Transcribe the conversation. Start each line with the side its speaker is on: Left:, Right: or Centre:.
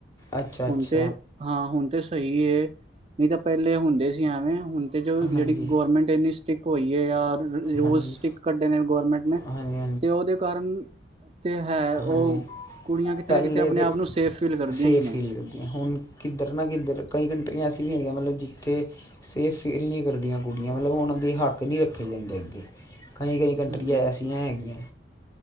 Left: ਅੱਛਾ -ਅੱਛ
Right: ਹੁਣ ਤੇ ਹਾਂ ਹੁਨ ਤੇ ਸਈ ਏ ਨਈ ਤਾ ਪੈਲੇ ਹੁੰਦੇ ਸੀ ਐਵੇਂ ਹੁਨ ਤੇ ਜੋ
Left: ਹਾਂਜੀ
Right: ਜੇੜੀ ਗੌਰਮੈਂਟ ਏਨੀ ਸਟਿੱਕ ਹੋਈ ਐ ਯਾ ਰੂਲਸ
Left: ਹਾਂਜੀ
Right: ਸਟਿੱਕ ਕੱਢੇ ਨੇ ਗੌਰਮੈਂਟ ਨੇ
Left: ਹਾਂਜੀ
Right: ਦੇ ਕਾਰਨ ਤੇ ਹੈ ਓ
Left: ਹਾਂਜੀ ਹਾਂਜੀ
Right: ਕੁੜੀਆਂ ਕਿਤੇ
Left: ਪਹਿਲੇ
Right: ਨਾ ਕਿਤੇ ਅਪਨੇ
Left: ਦੇ
Right: ਆਪ ਨੂੰ ਸੇਫ ਫੀਲ ਕਰਦੀਆਂ
Left: ਸੇਫ
Right: ਈ ਨੇ।
Left: ਫੀਲ ਕਰਦੀਆਂ ਹੁਣ ਕਿੱਧਰ ਨਾ ਕਿੱਧਰ, ਕਈ ਕੰਟਰੀਆਂ ਐਸੀਆਂ ਵੀ ਹੈਗੀਆਂ, ਮਤਲਬ ਜਿੱਥੇ ਸੇਫ ਫੀਲ ਨਹੀਂ ਕਰਦੀਆਂ ਕੁੜੀਆਂ, ਮਤਲਬ ਉਹਨਾਂ ਦੇ ਹੱਕ ਨਹੀਂ ਰੱਖੇ ਜਾਂਦੇ ਅੱਗੇ ਕਈ-ਕਈ ਕੰਟਰੀਆਂ
Right: ਹੂੰ।
Left: ਐਸੀਆਂ ਹੈਗੀਆਂ।